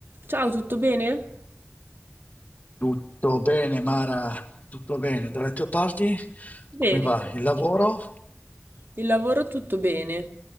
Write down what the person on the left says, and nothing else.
Tutto bene, Mara, tutto bene. Dalle tue parti,
come va?
Il lavoro?